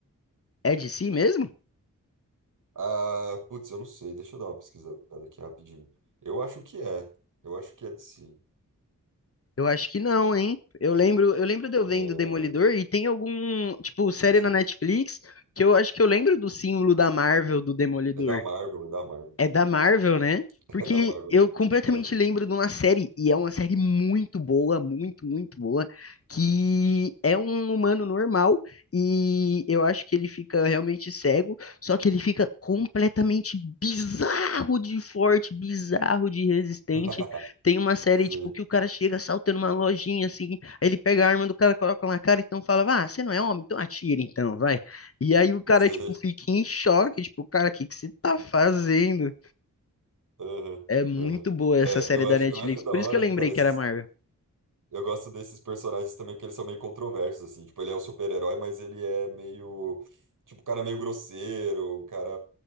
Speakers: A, on the left; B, on the right.
A: é de si mesmo?
B: Ah, putz, eu não sei, deixa eu dar uma pesquisada aqui rapidinho. Eu acho que é, eu acho que é de si.
A: Eu acho que não, hein? Eu lembro, eu lembro
B: É,
A: de eu
B: deixa
A: vendo Demolidor e tem algum, tipo, série
B: eu ver se
A: na
B: é,
A: Netflix
B: de- si.
A: que eu acho que eu lembro do símbolo da Marvel do Demolidor.
B: é da Marvel, é da Marvel,
A: É da Marvel, né?
B: <laughs>
A: Porque
B: é da Marvel.
A: eu completamente
B: Aham.
A: lembro de uma série, e é uma série muito boa, muito, muito boa, que é um humano normal, e eu acho que ele fica realmente cego, só que ele fica completamente bizarro de forte, bizarro de resistente.
B: <laughs>
A: Tem uma série,
B: Sim,
A: tipo, que o cara chega saltando uma lojinha, assim, aí ele pega a arma do cara, coloca na cara, então fala, ah, você não é homem, então atira, então, vai. E aí o cara,
B: sim.
A: tipo, fica em choque, tipo, cara, o que que você tá fazendo?
B: Aham,
A: É muito
B: aham.
A: boa essa
B: É,
A: série
B: eu
A: da
B: acho,
A: Netflix.
B: eu acho da
A: Por
B: hora,
A: isso que eu lembrei
B: cara, esses.
A: que era Marvel.
B: Eu gosto desses personagens também que eles são meio controversos, assim. Tipo, ele é o super-herói, mas ele é meio. Tipo, um cara meio grosseiro, um cara.